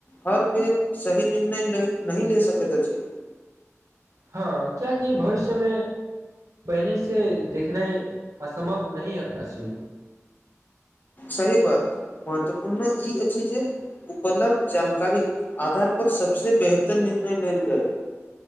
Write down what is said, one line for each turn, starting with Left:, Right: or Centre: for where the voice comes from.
Left: हर बेर सही निर्णय नहि ले सकैत अछि।
Right: हँ कियाकि भविष्यमे पहिनेसँ देखनाइ असम्भव नहि अछि।
Left: सही बात महत्वपूर्ण ई अछि जे उपलब्ध जानकारी आधार पर सबसे बेहतर निर्णय लेल जाय।